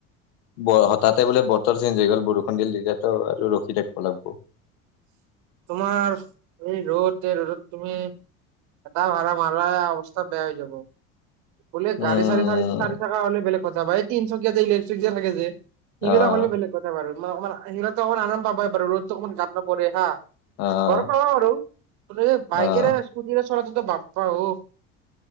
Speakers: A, on the left; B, on the right.
A: ব হঠাতে বোলে বতৰ চেঞ্জ হৈ গ'ল বৰষুণ দিলে তেতিয়াতো আৰু ৰখি থাকব লাগব।
B: তোমাৰ এই ৰ'দ এই ৰ'দত তুমি, এটা ভাৰা মাৰাই অৱস্থা বেয়া হৈ যাব। বোলে
A: উম
B: গাড়ী চাৰি, চাৰি থকা হ'লে বেলেগ কথা বা এই তিনিচকীয়া যে ইলেক্ট্ৰিক যে থাকে যে, সিবিলাক
A: আহ
B: হলেও বেলেগ কথা বাৰু, মই অকমান সিহঁতি অকণ আৰাম পাবাই বাৰু ৰ'দতটো অকমান গাত নপৰে হা।
A: আহ
B: ঘৰত পাবা আৰু বাইকেৰে,
A: আহ
B: স্কুটিৰে চলাটোতো বাপ্পা অঁ!